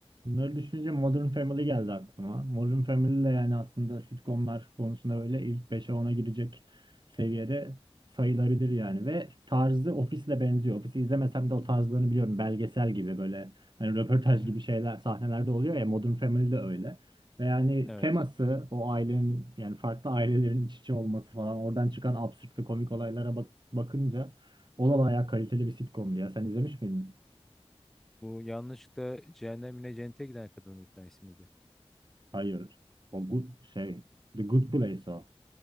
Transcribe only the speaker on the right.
Bunları düşününce Modern Family geldi aklıma. Modern Family de yani aslında sitcomlar konusunda böyle ilk beşe ona girecek seviyede sayılarıdır yani. Ve tarzı Office'le benziyor. Office'i izlemesem de o tarzlarını biliyorum. Belgesel gibi böyle hani röportaj
gibi şeyler sahnelerde oluyor ya Modern Family de öyle. Ve yani
teması o ailenin yani farklı ailelerin iç içe olması falan oradan çıkan absürt ve komik olaylara bak bakınca o da bayağı kaliteli bir sitcomdu ya. Sen izlemiş miydin?
Hayır. O good şey. The Good Place o.